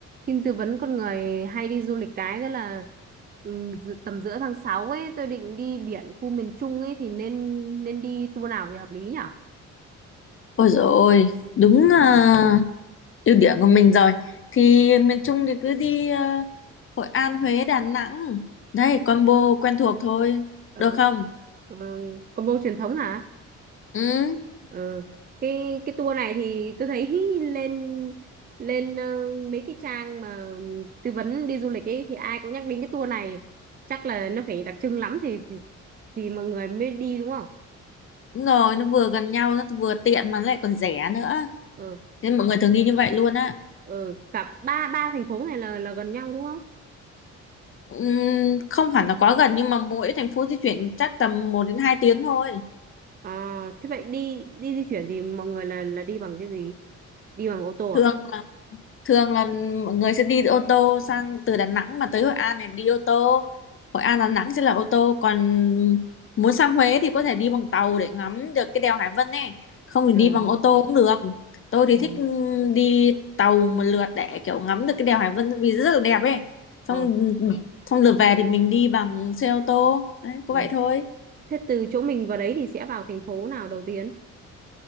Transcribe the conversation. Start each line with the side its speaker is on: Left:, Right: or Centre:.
Right: Xin tư vấn con người hay đi du lịch cái đó là ừm, dự- tầm giữa tháng 6 ấy tôi định đi biển khu miền Trung ấy thì nên nên đi tour nào thì hợp lý nhở?
Left: Ôi dồi ôi, đúng à, ưu điểm của mình rồi. Thì miền Trung thì cứ đi à, Hội An, Huế, Đà Nẵng. Đấy, combo quen thuộc thôi.
Right: Ờ,
Left: Được không?
Right: ừ, combo truyền thống hả?
Left: Ừ,
Right: Ờ, cái cái tour này thì tôi thấy <laughs> lên lên ờ, mấy cái trang mà tư vấn đi du lịch ấy thì ai cũng nhắc đến cái tour này chắc là nó phải đặc trưng lắm thì thì, thì mọi người mới đi đúng không?
Left: đúng rồi, nó vừa gần nhau, nó vừa tiện mà nó lại còn rẻ nữa.
Right: Ờ,
Left: Nên mọi người thường đi như vậy luôn á.
Right: ừ, cả ba ba thành phố này là là gần nhau đúng không?
Left: Ừm, không hẳn là quá gần nhưng mà mỗi thành phố di chuyển chắc tầm một đến 2 tiếng thôi.
Right: À, thế vậy đi đi di chuyển thì mọi người là là đi bằng cái gì? Đi bằng ô tô à?
Left: Thường thường là mọi người sẽ đi ô tô sang từ Đà Nẵng mà tới Hội An thì đi ô tô Hội An Đà Nẵng sẽ là ô tô còn muốn sang Huế thì có thể đi bằng tàu để ngắm được cái đèo Hải Vân này không thì đi
Right: À,
Left: bằng ô tô cũng được tôi thì
Right: à,
Left: thích đi tàu một lượt để kiểu ngắm được cái đèo Hải Vân vì rất là đẹp ấy xong
Right: à, à,
Left: xong lượt về thì mình đi bằng xe ô tô đấy có
Right: à.
Left: vậy thôi
Right: Thế từ chỗ mình vào đấy thì sẽ vào thành phố nào đầu tiên?